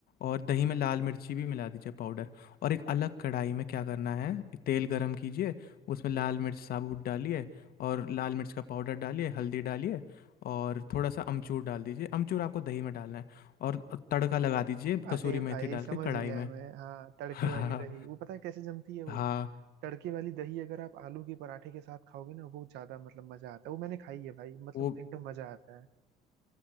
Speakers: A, on the left; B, on the right.
A: और दही में लाल मिर्ची भी मिला दीजिए पाउडर और एक अलग कढ़ाई में क्या करना है तेल गरम कीजिए उसमें लाल मिर्च साबुत डालिए और लाल मिर्च का पाउडर डालिए हल्दी डालिए और थोड़ा सा अमचूर डाल दीजिए अमचूर आपको दही में डालना है और तड़का लगा दीजिए
B: अरे
A: कसूरी
B: भाई
A: मेथी डाल
B: समझ
A: के कढ़ाई
B: गया
A: में
B: मैं हाँ तड़के
A: <laughs>
B: वाली दही वो पता है कैसे जमती है वो
A: हाँ
B: तड़के वाली दही अगर आप आलू के पराठे के साथ खाओगे ना वो ज्यादा मतलब मजा आता है वो मैंने खाई है भाई मतलब
A: वो
B: एकदम मजा आता है